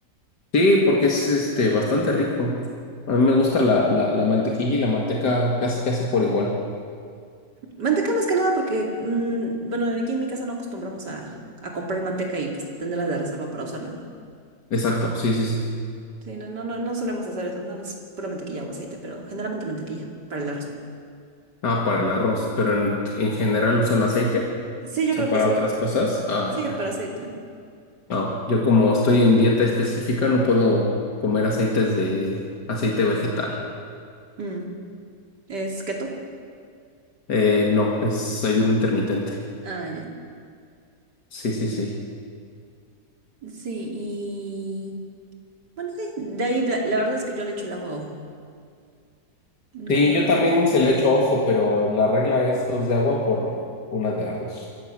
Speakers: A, on the left (about 80°); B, on the right (about 85°).
A: sí, porque es este bastante rico. A mí me gusta la, la, la mantequilla y la manteca casi casi por igual.
B: Manteca más que nada porque, mm, bueno, aquí en mi casa no acostumbramos a, a comprar manteca y pues tenerla de reserva para usarla, ¿no?
A: Exacto, sí, sí, sí.
B: Sí, no, no, no, no solemos hacer eso, nada más pura mantequilla o aceite, pero generalmente mantequilla para el arroz.
A: Ah, para el arroz, pero en, en general usan aceite,
B: Sí, yo
A: o sea,
B: creo
A: para
B: que sí.
A: otras cosas. Ah,
B: Sí,
A: ya.
B: para aceite.
A: No, yo como estoy en dieta específica no puedo comer aceites de aceite vegetal.
B: Mm, ¿Es keto?
A: Eh, no, es ayuno intermitente.
B: Ah, ya.
A: Sí, sí,
B: Mm,
A: sí.
B: Sí, y bueno, sí, de ahí la, la verdad es que yo le echo el agua a ojo. No,
A: Sí,
B: no.
A: yo
B: no.
A: también se le echo ojo, pero la regla es dos de agua por una de arroz.